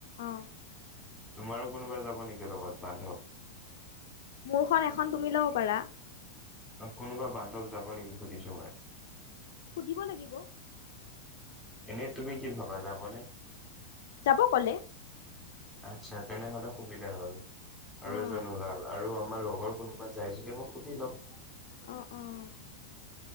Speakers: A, on the left; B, in the centre.
A: অ'।
B: তোমাৰো কোনোবা যাব নেকি, লগত বান্ধৱ?
A: মোৰখন এখন, তুমি ল'ব পাৰা
B: অহ, কোনোবা বান্ধৱ যাব নেকি? সুধিছোঁ মই
A: সুধিব লাগিব
B: এনে, তুমি কি ভাবা? যাবনে?
A: যাব ক'লে
B: আচ্ছা, তেনেহ'লে সুবিধা হ'ল। আৰু,
A: অ
B: এজনো ওলাল, আৰু আমাৰ লগৰ কোনোবা যায় যদি, মই সুধি লওঁ
A: অ', অ',